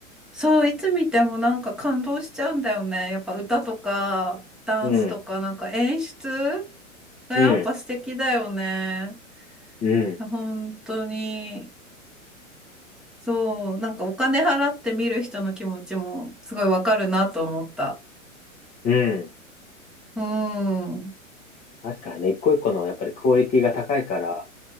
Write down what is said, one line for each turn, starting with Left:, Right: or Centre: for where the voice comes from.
Centre: そう、いつ見てもなんか感動しちゃうんだよね。やっぱ歌とか、ダンスとか、
Left: うん、
Centre: なんか演出がやっぱ素敵だよね。
Left: うん、うん、
Centre: 本当に。そう、なんかお金払って見る人の気持ちもすごいわかるなと思った。
Left: うん。
Centre: うん、う
Left: 確かにね、一個一個のやっぱりクオリティが高いから、